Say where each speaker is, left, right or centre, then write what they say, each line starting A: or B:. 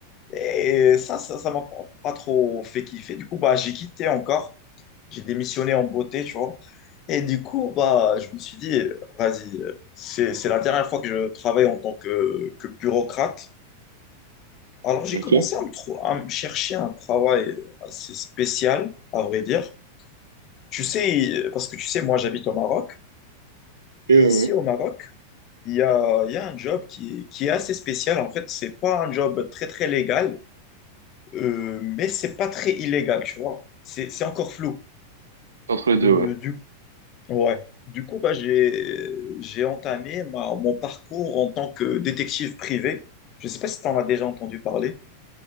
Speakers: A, on the left; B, on the right.
A: Et ça, ça, ça m'a pas pas trop fait kiffer. Du coup, bah, j'ai quitté encore. J'ai démissionné en beauté, tu vois. Et du coup, bah, je me suis dit, vas-y, euh, c'est, c'est la dernière fois que je travaille en tant que, que bureaucrate. Alors, j'ai
B: OK.
A: commencé
B: Et,
A: à me, trou- à me chercher un travail assez spécial, à vrai dire. Tu sais, euh, parce que tu sais, moi, j'habite au Maroc. Et
B: ouais, ouais.
A: ici, au Maroc, il y a, il y a un job qui, est- qui est assez spécial. En fait, c'est pas un job très, très légal. Euh, mais c'est pas très illégal, tu vois. C'est, c'est encore flou.
B: Entre les deux,
A: Euh,
B: ouais.
A: du, ouais. Du coup, bah, j'ai, j'ai entamé ma- mon parcours en tant que détective privé. Je sais pas si tu en as déjà entendu parler.